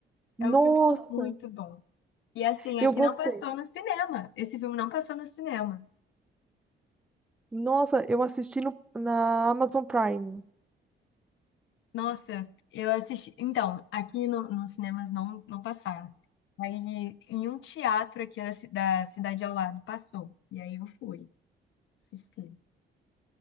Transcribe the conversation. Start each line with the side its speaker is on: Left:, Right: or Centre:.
Left: É
Centre: Nossa,
Left: um filme muito bom. E assim,
Centre: eu
Left: aqui
Centre: gostei.
Left: não passou no cinema. Esse filme não passou no cinema.
Centre: Nossa, eu assisti no, na Amazon Prime.
Left: Nossa, eu assisti. Então, aqui no, nos cinemas não, não passaram. Aí, em um teatro aqui da, ci- da cidade ao lado, passou. E aí eu fui assistir.